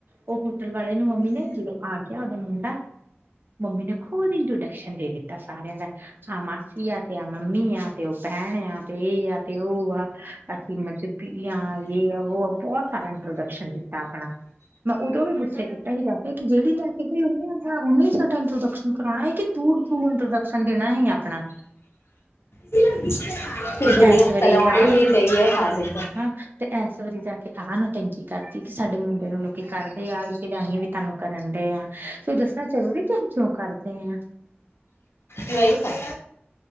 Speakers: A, on the right; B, on the left.
A: ਓਹ ਹੋਟਲ ਵਾਲੇ ਨੂੰ ਮੰਮੀ ਨੇ ਜਦੋਂ ਆ ਗਿਆ ਓਦਾ ਮੁੰਡਾ ਮੰਮੀ ਨੇ ਖੋਦ ਇੰਟੋਡਕਸ਼ਨ ਦੇ ਦਿਤੀ। ਸਾਰਿਆਂ ਦਾ ਆਹ ਮਾਸੀ ਆ, ਤੇ ਆਹ ਮੰਮੀ ਆ, ਤੇ ਓਹ ਭੈਣ ਆ ਤੇ ਏ ਆ। ਤੇ ਓਹ ਆ ਅਸੀ ਮਬ ਜਾ ਏਆ ਓਹ ਆ ਬਹੁਤ ਤਰਾਂ ਇੰਟਰੋਡਕਸ਼ਨ ਦਿੱਤਾ ਆਪਨਾ। ਮੈਂ ਓਦੋਂ ਵੀ ਗੁੱਸੇ ਕੀਤਾ ਸਿਗਾ ਮੈ ਕਯਾ ਕੇੜੀ ਲੈ ਕੇ ਗਈ ਉਹਨੂੰ, ਉਹਨੂੰ ਹੀ ਸਾਡਾ ਇੰਟਰੋਡਕਸ਼ਨ ਕਰਾਨਾ ਸੀ ਕਿ ਤੂੰ, ਤੂੰ ਇੰਟਰੋਡਕਸ਼ਨ ਦੇਣਾ ਸੀ ਆਪਨਾ।
B: ਕਿ
A: ਤੇ
B: ਬਨੀਆ
A: ਇਸ ਵਾਰੀ
B: ਕਲੋੜੇ
A: ਆਹ
B: ਲਈ
A: ਵਾਲਾ
B: ਗਈ ਆ ਹਾਲੇ ਤਾ
A: ਹਾਂ ਤੇ ਏਸ ਵਾਰੀ ਜਾ ਕੇ ਆਹ ਨਟੈਂਕੀ ਕਰਤੀ ਕਿ ਸਾਡੇ ਮੁੰਡੇ ਨੂੰ ਲੋਕੀ ਕਰਦੇ ਆ ਇਸ ਲਈ ਅਸੀਂ ਵੀ ਤਾਂਨੂੰ ਕਰਨ ਡੇਆ ਫਿਰ ਦੱਸਣਾ ਜ਼ਰੂਰੀ ਕੇ ਕਿਉਂ ਕਰਦੇਆ
B: ਨਈ ਤਾ।